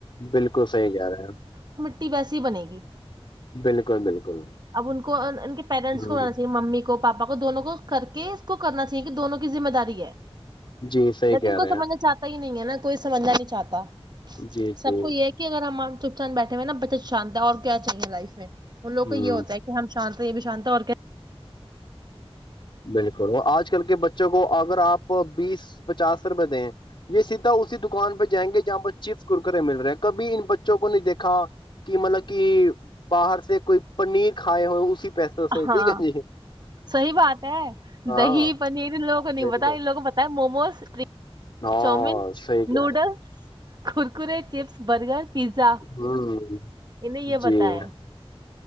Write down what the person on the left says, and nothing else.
بالکل صحی کہہ رہے ہیں ہم
بالکل بالکل
ہ
جی صحیح
کہہ
رہے ہیں
جی
جی
ہ
بالکل آج کل کے بچوں کو اگر آپ بیس پچاس روپئے دیں یہ سیدھا اس دکان پہ جیں گے جہاں پر چپس کرکرے مل رہے ہیں کبھی ان بچوں کو نہیں دیکھا کہ مطلب کہ باہر سے کوئی پنیر کھائے ہو اسی پیسوں صحی
ٹھیک ہے جی
ہاں
بالکل
ہاں
صحیح کہہ
رہے
ہ
جی